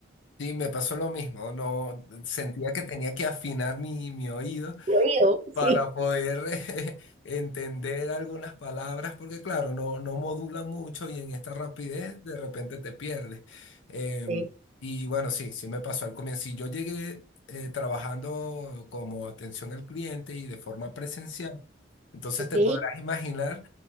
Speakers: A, on the left; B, on the right.
A: Sí, me pasó lo mismo, no sentía que tenía que afinar mi, mi oído.
B: Lo oído,
A: para
B: sí.
A: poder eh, <laughs> entender algunas palabras, porque claro, no, no modula mucho y en esta rapidez de repente te pierdes. Em,
B: Sí.
A: y bueno, sí, sí me pasó al comienzo. Si yo llegué eh, trabajando como atención al cliente y de forma presencial, entonces
B: Ok.
A: te
B: Ay,
A: podrás imaginar